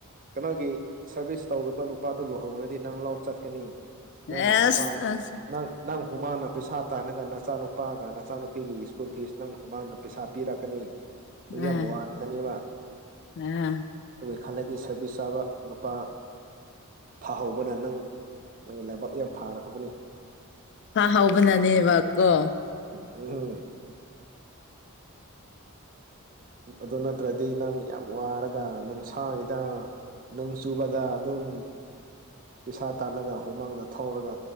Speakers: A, on the right; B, on the left.
A: ꯀꯩꯅꯣꯒꯤ ꯁꯥꯔꯚꯤꯁ ꯇꯧꯗꯕ ꯅꯨꯄꯥꯗꯣ ꯂꯨꯍꯧꯅꯗꯤ ꯅꯪ ꯂꯥꯎ ꯆꯠꯀꯅꯤ
B: ꯑꯦꯁ
A: ꯅꯪ ꯎꯃꯪ
B: ꯑꯁ
A: ꯅꯪ ꯍꯨꯃꯥꯡꯅ ꯄꯩꯁꯥ ꯇꯥꯟꯅꯒ ꯅꯆꯥꯅꯨꯄꯥꯒ ꯅꯆꯥꯅꯨꯄꯤꯒꯤ ꯁ꯭ꯀꯨꯜ ꯐꯤꯁ ꯅꯪ ꯍꯨꯃꯥꯡꯅ ꯄꯩꯁꯥ ꯄꯤꯔꯛꯀꯅꯤ ꯍ
B: ꯑꯥ
A: ꯌꯥꯝ ꯃꯨꯇꯅꯤꯕ
B: ꯑꯥ
A: ꯈꯜꯂꯗꯤ ꯁꯥꯔꯚꯤꯁ ꯆꯥꯕ ꯅꯨꯄꯥ ꯐꯍꯧꯕꯅ ꯅꯪ ꯅ ꯂꯥꯏꯕꯛ ꯌꯥꯝ ꯐꯥꯔꯛꯈ꯭ꯔꯕꯅꯤ
B: ꯍꯥꯥ ꯍꯥꯎꯕꯅꯅꯦꯕꯀꯣ
A: ꯎꯍꯨꯝ ꯑꯗꯨ ꯅꯠꯇ꯭ꯔꯗꯤ ꯅꯪ ꯌꯥꯝ ꯋꯥꯔ ꯅꯨꯡꯁꯥꯒꯤꯗ ꯅꯣꯡ ꯆꯨꯕꯗ ꯑꯗꯨꯝ ꯄꯁꯥ ꯇꯥꯜꯂꯒ ꯍꯨꯃꯥꯡꯅ ꯊꯧꯔꯒ